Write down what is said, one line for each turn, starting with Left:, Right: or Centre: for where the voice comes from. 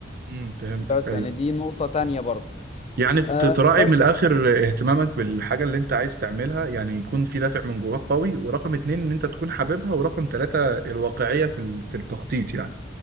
Right: امم فهمتك
Left: بس
Right: ايوه
Left: يعني دي نقطة تانية برضو
Right: يعني ت-
Left: آه،
Right: تراعي
Left: بس
Right: من الاخر اهتمامك بالحاجة اللي انت عايز تعملها يعني يكون في دافع من جواك قوي ورقم اتنين ان انت تكون حاببها ورقم تلاتة الواقعية في ال- في التخطيط يعني